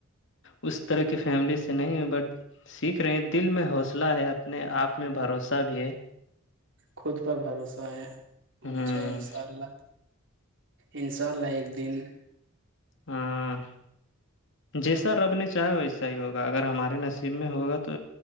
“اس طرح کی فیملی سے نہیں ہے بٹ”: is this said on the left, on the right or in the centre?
Left